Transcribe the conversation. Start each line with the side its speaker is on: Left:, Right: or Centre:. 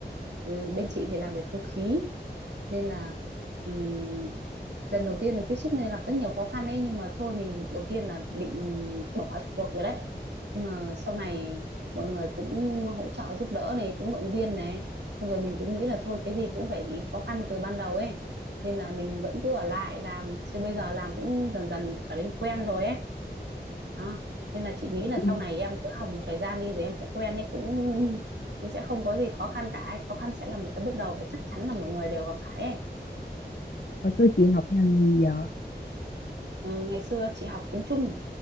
Right: Ừ, bên chị thì làm về cơ khí nên là ừm, lần đầu tiên được tiếp xúc nên là gặp rất nhiều khó khăn ấy nhưng mà thôi mình đầu tiên là định bỏ cuộc rồi đấy nhưng mà sau này mọi người cũng hỗ trợ giúp đỡ này cũng động viên này Xong rồi mình cũng nghĩ là thôi cái gì cũng phải khó khăn từ ban đầu ấy nên là mình vẫn cứ ở lại làm chứ bây giờ làm cũng dần dần trở nên quen rồi ấy đó. nên là chị nghĩ là
Left: chị
Right: sau
Left: học
Right: này em cứ học một thời gian đi rồi em sẽ quen ấy cũng cũng sẽ không có gì khó khăn cả ấy. khó khăn sẽ là một cái bước đầu và chắc chắn là mọi người đều gặp phải ấy
Left: hồi xưa chị học ngành gì vậy?
Right: ừ, ngày xưa chị học tiếng Trung